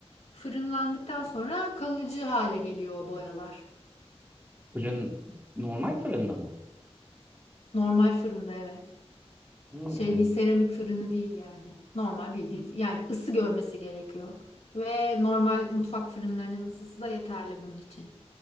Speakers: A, on the left; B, on the right.
A: Fırınlandıktan sonra kalıcı hale geliyor o boyalar.
B: Fırın normal fırında mı?
A: Normal fırında evet.
B: Hmm,
A: Şey değil, seramik fırını değil yani. Normal bildiğin yani ısı görmesi gerekiyor. Ve normal mutfak fırınlarının ısısı da yeterli bunun için.